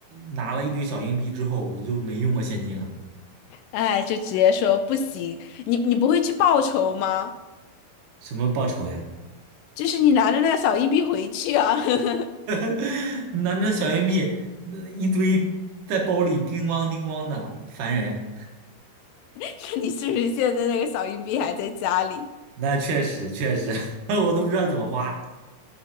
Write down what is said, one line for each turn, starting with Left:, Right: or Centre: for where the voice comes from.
Right: 拿了一堆小硬币之后，我就没用过现金了。
Left: 哎，就直接说不行，你你不会去报仇吗？
Right: 什么报酬呀？
Left: 就是你拿着那个小硬币回去啊，<laughs>
Right: <laughs> 拿着小硬币，那一堆在包里叮咣叮咣的，烦人。
Left: 看你是不是现在那个小硬币还在家里。
Right: 那确实确实，<laughs> 我都不知道怎么花。